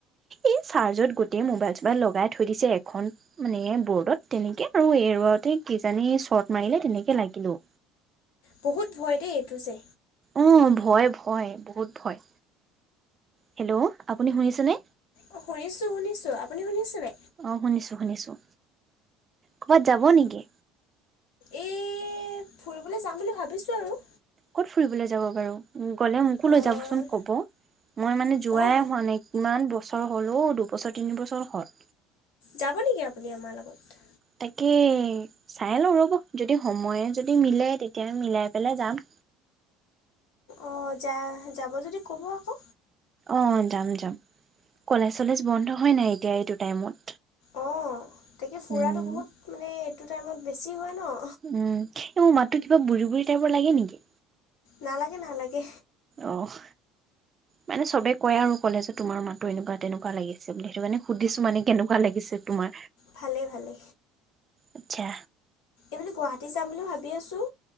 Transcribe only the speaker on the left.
বহুত ভয় দেই, এইটো যে
অ' শুনিছোঁ শুনিছোঁ। আপুনি শুনিছে নাই?
এ, ফুৰিবলৈ যাম বুলি ভাবিছোঁ আৰু।
অ',
অ',
যাব নেকি আপুনি আমাৰ লগত?
অ' যা যাব যদি ক'ব আকৌ।
অ' তাকে ফুৰাটো
বহুত মানে এইটো টাইমত বেছি হয় ন'?
নালাগে নালাগে।
ভালে ভালে।
এই গুৱাহাটী যাম বুলি ভাবি আছোঁ।